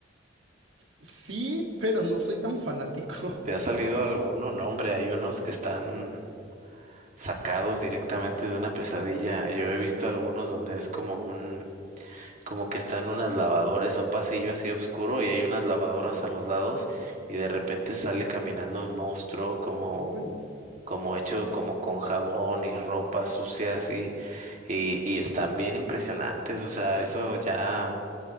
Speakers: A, on the right; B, on the right.
A: Sí, pero no soy tan fanático.
B: ¿Te ha salido alguno? No, hombre, hay unos que están sacados directamente de una pesadilla. Yo he visto algunos donde es como un, como que están unas lavadoras, es un pasillo así oscuro y hay unas lavadoras a los lados y de repente sale caminando un monstruo como
A: <laughs> Ay, no.
B: como hecho como con jabón y ropa sucia así, y, y están bien impresionantes, o sea, eso ya,